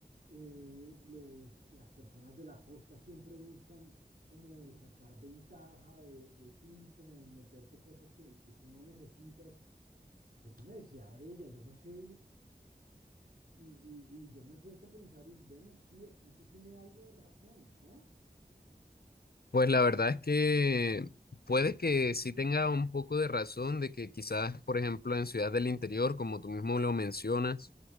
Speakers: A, on the right (about 70°); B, on the left (about 70°).
A: Eh, los, las personas de la costa siempre buscan como sacar ventaja de, de ti, como meterte cosas que, que tú no necesitas. Eso me decía ella, yo no sé y, y- y yo me he puesto a pensar y bueno, sí, de pronto tiene algo de razón, ¿no?
B: Pues la verdad es que puede que sí tenga un poco de razón de que quizás, por ejemplo, en Ciudad del Interior, como tú mismo lo mencionas,